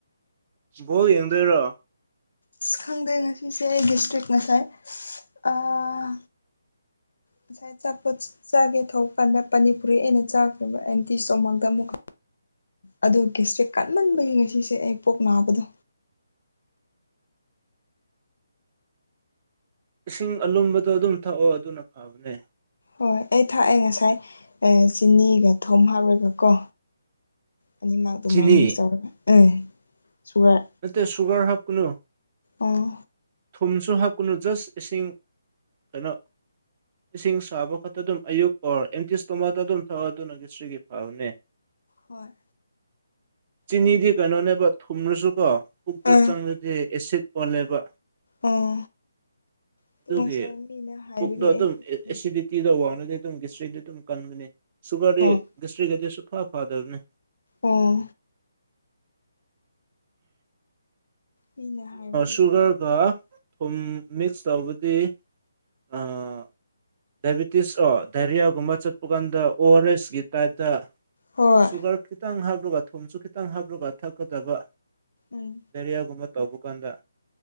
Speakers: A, on the right; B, on the left.
A: ꯕꯣꯜ ꯌꯦꯡꯗꯣꯏꯔꯣ
B: ꯏꯁ ꯈꯪꯗꯦ ꯉꯁꯤꯁꯦ ꯒ꯭ꯔꯤꯁꯇ꯭ꯔꯤꯛ ꯉꯁꯥꯏ ꯑꯥ ꯉꯁꯥꯏ ꯑꯆꯥꯄꯣꯠ ꯆꯥꯒꯦ ꯊꯣꯛ ꯀꯥꯟꯗ ꯄꯅꯤꯄꯨꯔꯤ ꯑꯩꯅ ꯆꯥꯈ꯭ꯔꯤꯕ ꯑꯦꯝꯇꯤ ꯁꯇꯣꯃꯥꯛꯇ ꯑꯃꯨꯛ
A: <unintelligible>
B: ꯑꯗꯨ ꯒꯦꯁꯇ꯭ꯔꯤꯛ ꯀꯟꯃꯟꯕꯒꯤ ꯉꯁꯤꯁꯦ ꯑꯩ ꯄꯨꯛ ꯅꯥꯕꯗꯣ
A: ꯏꯁꯤꯡ ꯑꯂꯨꯝꯕꯗꯣ ꯑꯗꯨꯝ ꯊꯛꯑꯣ ꯑꯗꯨꯅ ꯐꯕꯅꯦ
B: ꯍꯣꯏ ꯑꯩ ꯊꯥꯛꯑꯦ ꯉꯁꯥꯏ ꯆꯤꯅꯤꯒ ꯊꯨꯝ ꯍꯥꯞꯂꯒ ꯀꯣ ꯑꯅꯤꯃꯛ ꯑꯗꯨꯃꯥꯏꯅ
A: ꯆꯤꯅꯤ
B: ꯃꯤꯛꯁ ꯇꯧꯕꯅꯦ ꯎꯝ ꯁꯨꯒꯔ
A: ꯅꯠꯇꯦ ꯁꯨꯒꯔ ꯍꯥꯞ ꯀꯅꯨ
B: ꯑꯣ
A: ꯊꯨꯝꯁꯨ ꯍꯥꯞꯀꯅꯨ ꯖꯁ ꯏꯁꯤꯡ ꯀꯩꯅꯣ ꯏꯁꯤꯡ ꯁꯥꯕ ꯈꯛꯇ ꯑꯗꯨꯝ ꯑꯌꯨꯛ ꯑꯣꯔ ꯑꯝꯇꯤ ꯁꯇꯣꯃꯥꯛ ꯑꯗꯨꯝ ꯊꯛꯑꯣ ꯑꯗꯨꯅ ꯒꯦꯁꯇ꯭ꯔꯤꯛꯀꯤ ꯐꯕꯅꯦ
B: ꯍꯣꯏ
A: ꯆꯤꯅꯤꯗꯤ
B: ꯑꯩ ꯉꯁꯥꯏ
A: ꯀꯩꯅꯣꯅꯦꯕ ꯊꯨꯝꯂꯁꯨꯀꯣ ꯄꯨꯛꯇ
B: ꯑꯥ
A: ꯆꯪꯂꯗꯤ ꯑꯦꯁꯤꯠ ꯑꯣꯜꯂꯦꯕ
B: ꯑꯣ ꯑꯗꯨ
A: ꯑꯗꯨꯒꯤ
B: ꯉꯁꯥꯏ ꯃꯤꯅ ꯍꯥꯏꯕꯒꯤ
A: ꯄꯨꯛꯗꯣ ꯑꯗꯨꯝ
B: ꯑꯩꯗꯤ ꯎꯝ
A: ꯑꯦꯁꯤꯗꯤꯇꯤꯗ ꯋꯥꯡ ꯑꯗꯨ ꯒꯦꯁꯇ꯭ꯔꯤꯗꯤ ꯑꯗꯨꯝ ꯀꯟꯒꯅꯤ ꯁꯨꯒꯔꯗꯤ
B: ꯍꯣꯏ
A: ꯒꯦꯁꯇ꯭ꯔꯤꯗꯤ ꯁꯨ ꯐꯥ ꯐꯥꯗꯕꯅꯦ
B: ꯑꯣ ꯃꯤꯅ ꯍꯥꯏꯕꯒꯤ
A: ꯁꯨꯒꯔꯒ
B: ꯑꯩꯗꯤ ꯑꯗꯨꯝ ꯇꯧꯋꯦ
A: ꯊꯨꯝ ꯃꯤꯛꯁ ꯇꯧꯕꯗꯤ ꯑꯥ ꯗꯥꯏꯕꯤꯇꯤꯁ ꯑꯣ ꯗꯥꯏꯔꯤꯌꯥꯒꯨꯝꯕ ꯆꯠꯄ ꯀꯥꯟꯗ ꯑꯣꯔ ꯑꯦꯁꯀꯤ ꯇꯥꯏꯞꯇ
B: ꯍꯣꯏ
A: ꯁꯨꯒꯔ ꯈꯤꯇꯪ ꯍꯥꯞꯂꯒ ꯊꯨꯝꯁꯨ ꯈꯤꯇꯪ ꯍꯥꯞꯂꯒ ꯊꯛꯀꯗꯕ
B: ꯎꯝ
A: ꯗꯥꯢꯔꯤꯌꯥꯒꯨꯝꯕ ꯇꯧꯕꯀꯥꯟꯗ